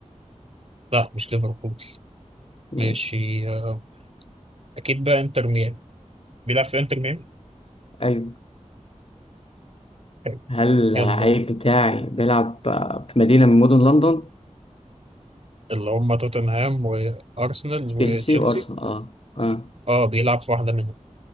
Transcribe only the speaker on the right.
لا مش ليفربول
ماشي آه، اكيد بقى انتر ميامي بيلعب في انتر ميامي
حلو.
يلا ده
اللي هم توتنهام وارسنال
وتشيلسي
اه بيلعب في واحده منهم